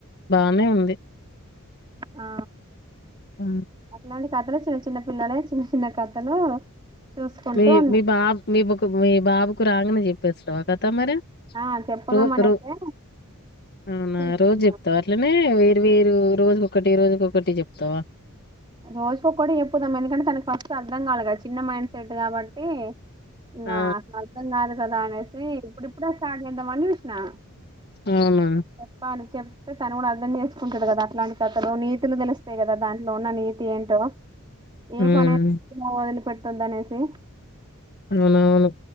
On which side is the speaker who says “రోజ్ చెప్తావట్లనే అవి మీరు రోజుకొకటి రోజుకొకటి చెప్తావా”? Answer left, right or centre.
Left